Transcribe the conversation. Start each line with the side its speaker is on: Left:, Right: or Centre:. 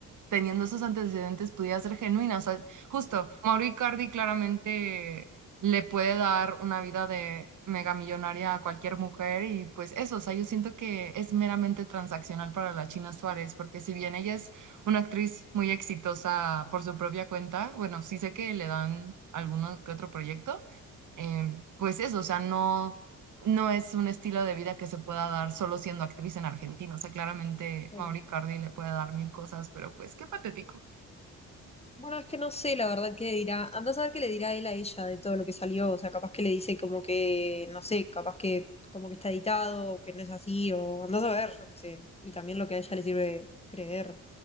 Right: teniendo esos antecedentes pudiera ser genuina. O sea, justo, Mauro Icardi claramente le puede dar una vida de mega millonaria a cualquier mujer y pues eso, o sea, yo siento que es meramente transaccional para la China Suárez, porque si bien ella es una actriz muy exitosa por su propia cuenta, bueno, sí sé que le dan alguno que otro proyecto em, pues eso, o sea, no, no es un estilo de vida que se pueda dar solo siendo actriz en Argentina. O sea, claramente
Left: claro.
Right: Mauri Cardi le puede dar mil cosas, pero pues qué patético.
Left: Bueno, es que no sé la verdad qué dirá. Andá a saber qué le dirá él a ella de todo lo que salió. O sea, capaz que le dice como que, no sé, capaz que como que está editado o que no es así, o andás a ver, yo qué sé. Y también lo que a ella le sirve creer.